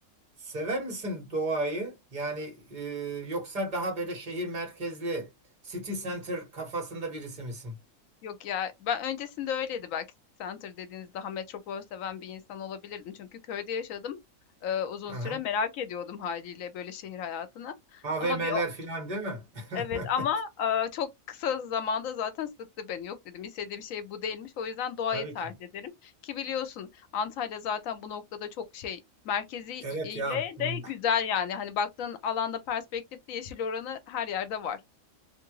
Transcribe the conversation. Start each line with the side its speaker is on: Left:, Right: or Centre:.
Right: Sever misin doğayı? Yani e, yoksa daha böyle şehir merkezli city center kafasında birisi misin?
Left: Yok ya ben öncesinde öyleydi belki center dediğiniz daha metropol seven bir insan olabilirdim. Çünkü köyde yaşadım e, uzun
Right: Aha.
Left: süre merak ediyordum haliyle böyle şehir hayatını.
Right: AVM'ler
Left: Ama bir o-
Right: filan değil mi?
Left: Evet
Right: <laughs>
Left: ama eee, çok kısa zamanda zaten sıktı beni. Yok dedim istediğim şey bu değilmiş. O yüzden doğayı
Right: Tabii
Left: tercih
Right: ki.
Left: ederim. Ki biliyorsun Antalya zaten bu noktada çok şey merkezi
Right: Evet
Left: ile
Right: ya. m-
Left: de güzel yani. Hani baktığın alanda perspektifte yeşil oranı her yerde var.